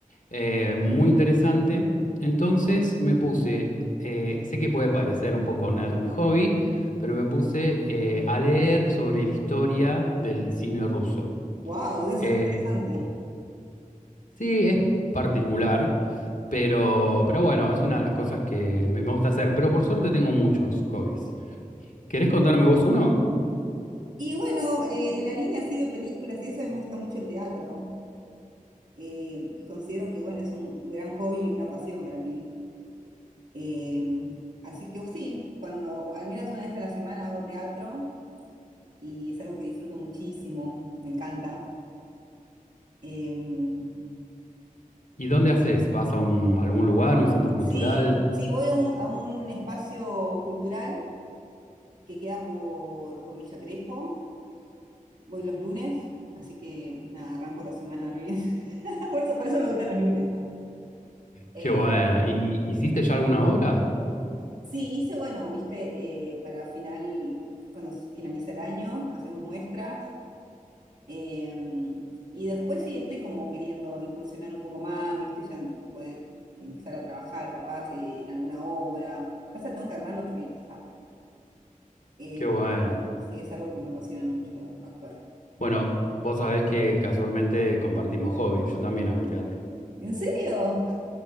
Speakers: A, on the left; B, on the right.
A: eh, muy interesante. Entonces me puse, eh, sé que puede parecer un poco nerd mi hobby, pero me puse eh, a leer sobre la historia del cine ruso.
B: wow, debe ser
A: Eh,
B: re interesante.
A: Sí, es particular, pero, pero bueno, es una de las cosas que me, me gusta hacer. Pero por suerte tengo muchos hobbies. ¿Querés contarme vos uno?
B: Y bueno, eh, en la línea así de películas y eso, a mí me gusta mucho el teatro. eh, y considero que, bueno, es un, un gran hobby y una pasión para mí. Eh, así que sí, cuando al menos una vez a la semana hago teatro y es algo que disfruto muchísimo, me encanta. Em,
A: ¿Y dónde haces? ¿Vas a un- algún lugar, un centro
B: sí,
A: cultural?
B: sí, voy a un, a un espacio cultural que queda por, por Villa Crespo. Voy los lunes, así que nada, arranco la semana re bien. <laughs> Por eso, por eso me gustan los lunes. nada. Eh,
A: Qué bueno. ¿Y hiciste
B: sí.
A: ya alguna obra?
B: Sí, hice, bueno, viste, eh, para final, cuando s- finaliza el año, hacemos muestras. eh, y después sí estoy como queriendo incursionar un poco más, viste, ya en- poder empezar a trabajar capaz eh, en alguna obra. Pasa, que tengo que armar los reels. ah. Eh,
A: Qué bueno.
B: sí, es algo que me apasiona mucho actuar.
A: Bueno, vos sabés que casualmente compartimos hobbies. Yo también hago teatro.
B: ¿En serio?